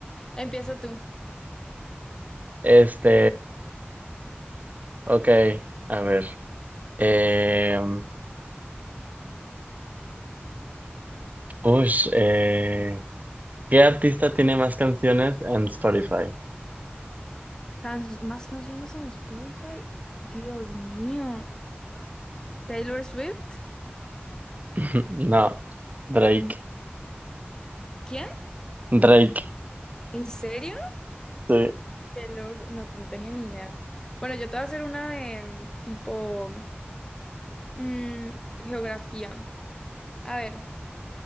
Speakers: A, on the left; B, on the right.
A: Empieza tú.
B: Este, ok, a ver. Eh, ush, eh, ¿qué artista tiene más canciones en Spotify?
A: Can- ¿Más canciones en Spotify? Dios mío. ¿Taylor Swift?
B: <laughs> No, Drake.
A: No. ¿Quién?
B: Drake,
A: ¿En serio?
B: sí. Eh,
A: Qué loco, No, no tenía ni idea. Bueno, yo te voy a hacer una de tipo mm, geografía. A ver,